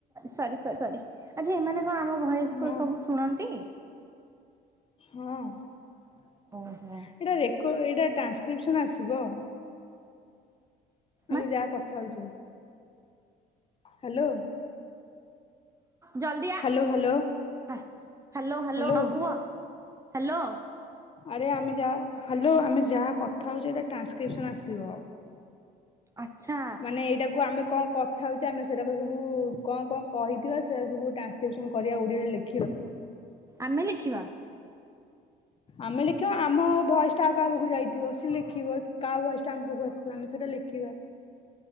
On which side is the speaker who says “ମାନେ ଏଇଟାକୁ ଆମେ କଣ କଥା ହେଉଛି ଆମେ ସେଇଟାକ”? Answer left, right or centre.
Left